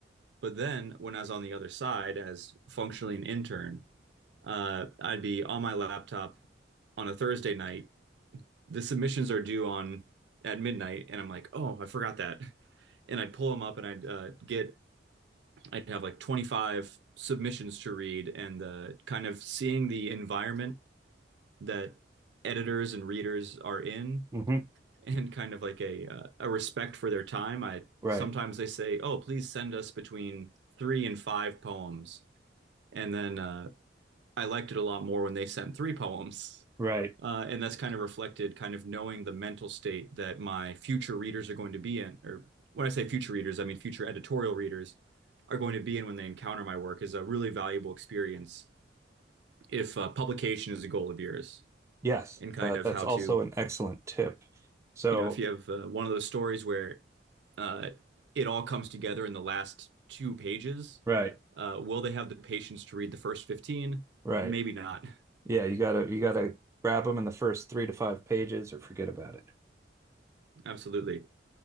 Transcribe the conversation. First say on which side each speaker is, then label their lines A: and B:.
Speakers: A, on the right; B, on the right.
A: But then when I was on the other side as functionally an intern, uh, I'd be on my laptop on a Thursday night the submissions are due on at midnight, and I'm like, oh, I forgot that. And I'd pull them up and I'd uh, get, I'd have like 25 submissions to read, and the kind of seeing the environment that editors and readers are in,
B: hmm
A: and kind of like a uh, a respect for their time. I
B: Right,
A: sometimes they say, oh, please send us between three and five poems, and then uh, I liked it a lot more when they sent three poems.
B: right.
A: Uh, And that's kind of reflected kind of knowing the mental state that my future readers are going to be in. Or when I say future readers, I mean future editorial readers are going to be in when they encounter my work is a really valuable experience if uh, publication is a goal of yours
B: Yes,
A: and kind
B: uh,
A: of
B: that's
A: how
B: also
A: to,
B: an excellent tip. So,
A: you know, if you have uh, one of those stories where uh, it all comes together in the last two pages,
B: right,
A: uh, will they have the patience to read the first 15?
B: right.
A: Maybe not.
B: Yeah, you gotta you gotta grab them in the first three to five pages, or forget about it.
A: <laughs> Absolutely.